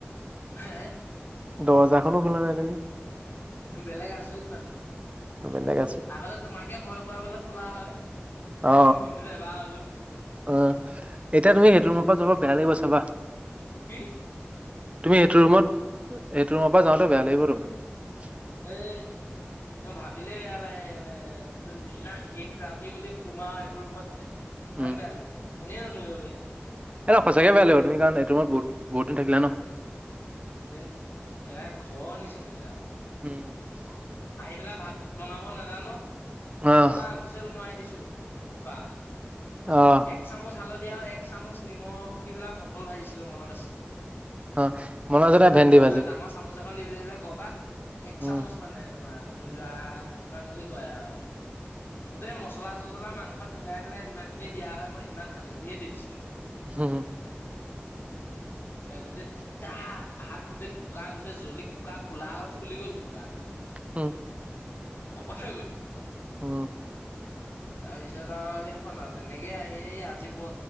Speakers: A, on the left; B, on the right.
A: হে।
B: দজাৰখনো খোলা নাই তুমি
A: বেলেগ আচৰিত মানুহ
B: বেলেগ আছো
A: আগতে তোমাকে ভয় খোৱাবলে খোলা হয়।
B: অ
A: দিনটোতে এবাৰ হলো
B: অ এতিয়া তুমি সেইটো ৰুমৰ পৰা যাব বেয়া লাগিব চাবা।
A: কি
B: তুমি এইটো ৰুমত এইটো ৰুমৰ পৰা যাওঁতে বেয়া লাগিব তোমাৰ
A: এই। মোৰ ভাবিলেই বেয়া লাগে এনে বোলে যিদিনা শেষ ৰাতি বুলি সোমাও সেইটো ৰুমত ধেইত কিমান
B: উম
A: বেয়া লাগে তুপনি নধৰিবগে।
B: এ ন সঁচাকে বেয়া লাগিব তুমি কাৰণ এইটো ৰুমত বহুত বহুত দিন থাকিলা ন।
A: যে এৰা ঘৰ নিচিনাকৈ আৰু
B: উম
A: আহি পেলাই ভাত বনাব নাজানো।
B: অহ
A: ছটা হুইচেল মই দিছো কুকাত।
B: অহ
A: এক চামুচ হালধি আৰু এক চামুচ নিমখ দি পেলা পটল ভাজিছিলো মনত আছে
B: অ মন আছে নাই
A: ডাঙৰ
B: ভেন্দি ভাজি
A: মানে ডাঙৰ চামুচ এখন দি পঠাইছে ঘৰ পা এক চামুচ
B: উম
A: মানে তোমাৰ ধৰি লোৱা কিমান বুলি কয় আৰু গোটেই মচলা চচলা মাংসত মিলাই পেলাই যিমান খিনি দিয়া হয় মই সিমান হালধিয়ে দি দিছিলোঁ
B: হুম।
A: এ গোটেই তিতা ভাত গোটেই কুকাৰ গোটেই জ্বলি কুকাৰ খোলা হৈ ফুলি গ'ল কুকাৰটো
B: উম।
A: শকত হৈ গল।
B: উ
A: তাৰ পিছত আৰু সেইখন তেনেকে আহি আজি প